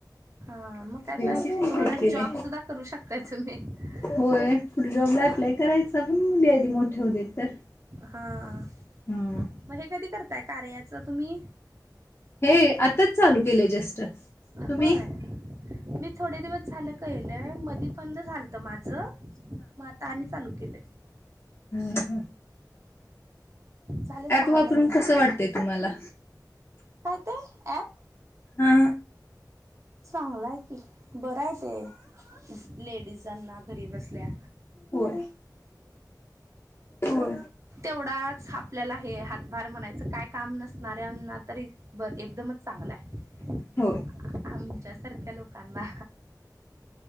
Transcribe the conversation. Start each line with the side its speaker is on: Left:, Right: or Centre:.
Right: हा मग काय
Left: बीएससी
Right: तर
Left: कंप्लीट
Right: तुम्हाला
Left: केले
Right: जॉब सुद्धा करू शकताय तुम्ही <inaudible>
Left: होय <inaudible> पुढे जॉबला
Right: हा
Left: अप्लाय करायचा पण मुली आधी मोठे होऊदेत तर
Right: हा
Left: हा
Right: मग हे कधी करताय कार्याचं तुम्ही?
Left: हे आताच चालू केले जस्ट तुम्ही?
Right: होय मी थोडे दिवस झालं कळलं मध्ये बंद झालत माझं मग आता आणि चालू केले.
Left: हम् हम
Right: झाले सहा
Left: ऍप वापरून
Right: महिने
Left: कसं वाटतय तुम्हाला?
Right: काय ते ॲप
Left: हा
Right: चांगलाय की बरं आहे ते लेडीजांना घरीबसल्या
Left: होय हो
Right: तेवढाच आपल्याला हे हातभार म्हणायचं काय काम नसणाऱ्यांना तरी ब एकदमच चांगलं आहे.
Left: होय
Right: आमच्यासारख्या लोकांना